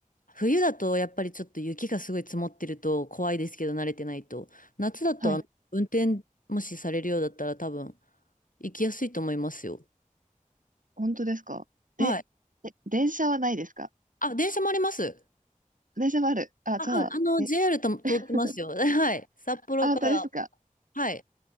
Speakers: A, on the left; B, on the right.
A: 冬だとやっぱりちょっと雪がすごい積もってると怖いですけど、慣れてないと。夏だと、
B: はい。
A: あの、運転もしされるようだったら多分、行きやすいと思いますよ。
B: 本当ですかで、
A: はい。
B: で、電車はないですか
A: あ、電車もあります。
B: 電車もある。あ、
A: あ、
B: じゃあ、
A: うんあの、JR
B: え、
A: と通ってますよ。
B: <laughs>
A: <laughs> はい。札幌から。
B: あ、本当ですか。
A: はい。